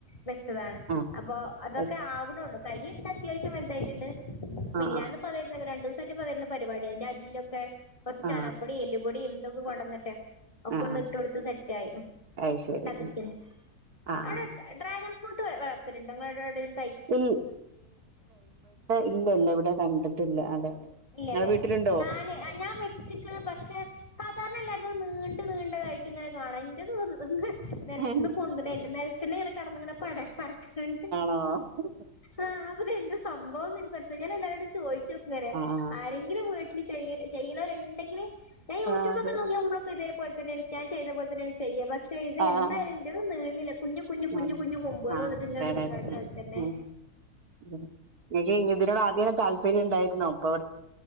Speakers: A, on the left; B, on the right.
A: വെച്ചതാണ്
B: ആഹ്
A: അപ്പൊ അതൊക്കെ
B: ആഹ്
A: ആവണള്ളു തൈുണ്ട് അത്യാവശ്യം വലുതായിട്ടുണ്ട്
B: ആഹ്
A: പി ഞാനന്ന് പറരുന്നത് രണ്ട് ദിവസംമായിട്ട് പതരുന്ന പരിപാടിയാണ് എന്റെ അടിയിലൊക്കെ കുറച്ച് ചണകപ്പൊടി,
B: ആഹ്
A: എല്ലുപൊടിയും, ഇതൊക്കെ കൊണ്ടുവന്നിട്ട് ഒക്കെ
B: ആഹ് ആഹ്
A: ഒന്ന് ഇട്ട കൊടുത്ത് സെറ്റ് ആയി
B: അത് ശരി
A: <unintelligible>
B: ആഹ്
A: അവിടെ ഡ്രാഗ ഫ്രൂട്ട് വലർത്തലുണ്ടോ നിങ്ങടാവിടെയും?
B: ഇ <unintelligible> ഇല്ല ഇല്ല ഇവിടെ കണ്ടിട്ടില്ല അതെ അതെ
A: ഇല്ലല്ലേ
B: നിങ്ങളെ വീട്ടിലുണ്ടോ
A: ഞാന് ഞാൻ വെച്ചിക്കള് പക്ഷെ സാധാരണല്ല അത് നീണ്ട് നീണ്ടതായിട്ട് കാണ എന്റെ തോന്ന
B: ആഹ്
A: നിലത്തിന്ന് പൊന്തലല്ല നൽത്തിന്ന ഇങ്ങനെ കടന്ന ഇങ്ങനെ പട പറണ്ട്
B: ആ
A: ആ അപ്പൊത എന്ത് സംഭവംന്ന് എന കുറച്ച ഞാൻ എല്ലാരരോടും ചോദിച്ചു നോക്കുന്നേരെ
B: ആഹ്
A: ആരെങ്കിലും വീട്ടില് ചെയ്യ ചെയ്യണവര്ണ്ടെങ്കില് യൂട്യൂബ്ക്കെ
B: ആഹ്
A: നോക്കിയ നമ്മക്ക ഇതേപലെന്നെയ ാൻ ചെയ്േ പോലെ തന്നെയ ചെയ്യ പക്ഷെ ഇത്
B: ആഹ്
A: എന്തായിങ്കിലും നീണില്ല കുഞ്ഞു കുഞ്ഞു കുഞ്ഞു
B: ആഹ്
A: കുഞ്ഞ് കൊമ്പുക
B: അതെ
A: വന്നിട്ട് ഇങ്ങനെ നിക്കാ
B: അതെ അതെ
A: നെൽ
B: ആ
A: തന്നെ
B: ഉം ഉം എനിക്ക് ഇതിനോട് ആദ്യന താല്പര്യം ഉണ്ടായിുന്നോ അപ്പൊ